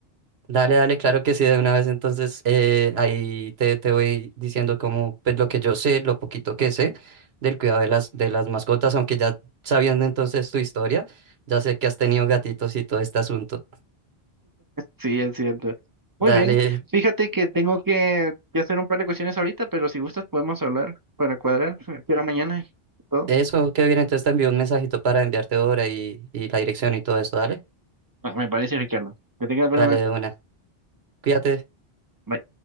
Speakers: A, on the right (about 75°); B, on the right (about 25°).
A: Dale, dale, claro que sí, de una vez. Entonces, eh, ahí te, te voy diciendo como, pues, lo que yo sé, lo poquito que sé del cuidado de las, de las mascotas, aunque ya sabiendo entonces tu historia, ya sé que has tenido gatitos y todo este asunto.
B: Sí, es cierto. Muy
A: Dale,
B: bien. Fíjate que tengo que, que hacer un par de cuestiones ahorita, pero si gustas podemos hablar para cuadrar. ¿A ¿Qué hora mañana? y Todo.
A: eso que viene, entonces te envío un mensajito para enviarte ahora y, y la dirección y todo eso, dale.
B: Ah, me parece, Ricardo. Que tengas buena
A: Dale
B: noche.
A: de una. Cuídate.
B: Bye.